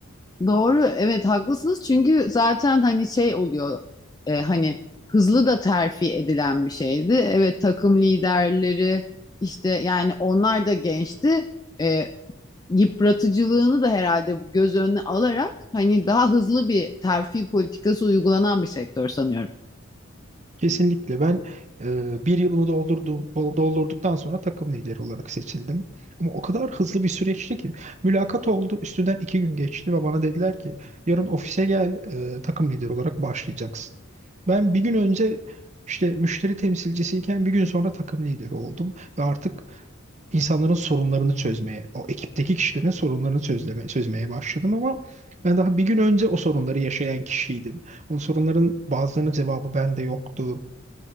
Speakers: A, on the left (about 20°); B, on the right (about 35°).
A: Doğru evet haklısınız çünkü zaten hani şey oluyor e, hani hızlı da terfi edilen bir şeydi. Evet takım liderleri işte yani onlar da gençti. E, yıpratıcılığını da herhalde göz önüne alarak hani daha hızlı bir terfi politikası uygulanan bir sektör sanıyorum.
B: Kesinlikle ben e, bir yılımı doldurdum, doldurduktan sonra takım lideri olarak seçildim. Ama o kadar hızlı bir süreçti ki mülakat oldu üstünden iki gün geçti ve bana dediler ki yarın ofise gel e, takım lideri olarak başlayacaksın. Ben bir gün önce işte müşteri temsilcisiyken bir gün sonra takım lideri oldum ve artık insanların sorunlarını çözmeye, o ekipteki kişilerin sorunlarını çözleme, çözmeye başladım ama ben daha bir gün önce o sorunları yaşayan kişiydim. Bu soruların bazılarının cevabı bende yoktu.